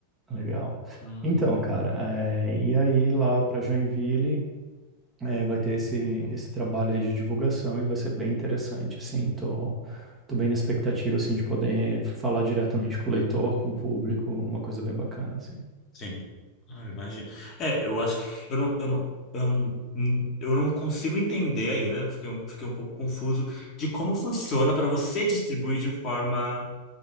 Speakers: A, on the right; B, on the left.
A: Legal.
B: Uhum.
A: Então, cara, é, e aí lá para Joinville é, vai ter esse, esse trabalho aí de divulgação e vai ser bem interessante, assim, tô, tô bem na expectativa, assim, de poder falar diretamente com o leitor, com o público, uma coisa bem bacana, assim.
B: Sim. Ah, imagina. É, eu acho que eu não, eu não, eu não, eu não consigo entender ainda, fiquei, um- fiquei um pouco confuso de como funciona para você distribuir de forma